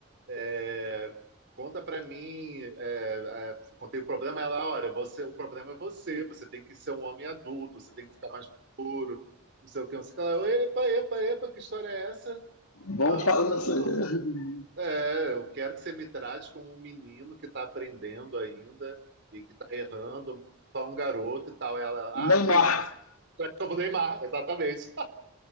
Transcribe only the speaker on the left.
Vamos para
nessa...
<laughs>
O Neymar.